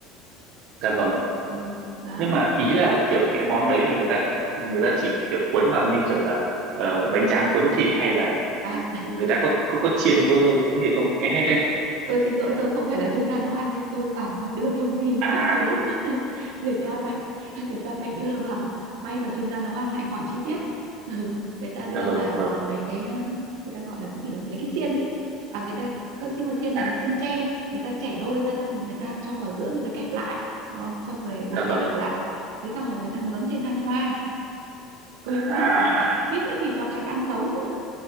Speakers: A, on the right; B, on the right.
A: dạ vâng
B: ừ. đấy
A: nhưng mà ý là kiểu cái món đấy là người ta người ta chỉ kiểu cuốn vào như kiểu là ờ, bánh tráng cuốn thịt hay là
B: à
A: người ta có có, có chiên bơ ấy gì không <laughs>
B: tôi xin lỗi tôi không phải là chuyên gia nấu ăn nên tôi toàn có đưa thông tin nó
A: à
B: bị thiếu <laughs> người ta phải người ta phải đưa vào may mà chuyên gia nấu ăn lại hỏi chi tiết <laughs> ừ, người ta đưa
A: dạ vâng
B: vào
A: dạ vâng
B: à, mấy cái à, người ta gọi là cái gì nhỉ? mấy cái xiên ấy à người ta không, nhưng mà xiên này
A: à,
B: là xiên tre người ta chẻ đôi ra xong rồi người ta cho vào giữa người ta kẹp lại đúng không xong rồi buộc
A: dạ
B: hai
A: vâng
B: đầu lại thế xong rồi người ta nướng trên than hoa quên
A: à,
B: mất
A: à,
B: <laughs>
A: à.
B: suýt nữa thì cho khách ăn sống <laughs>